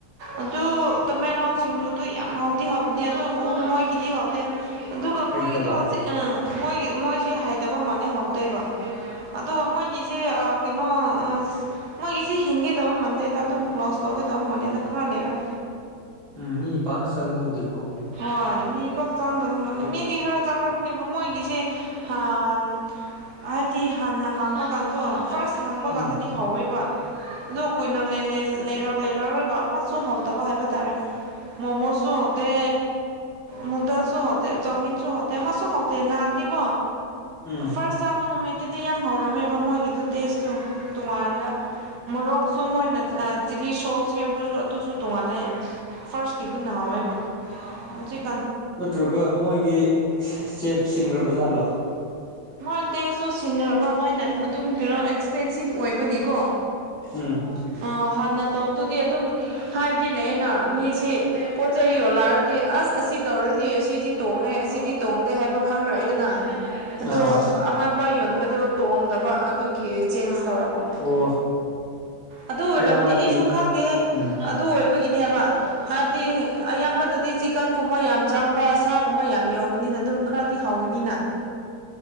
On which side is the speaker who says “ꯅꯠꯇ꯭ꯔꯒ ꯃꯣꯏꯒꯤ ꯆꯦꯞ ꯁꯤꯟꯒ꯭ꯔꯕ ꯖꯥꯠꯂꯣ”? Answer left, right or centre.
Centre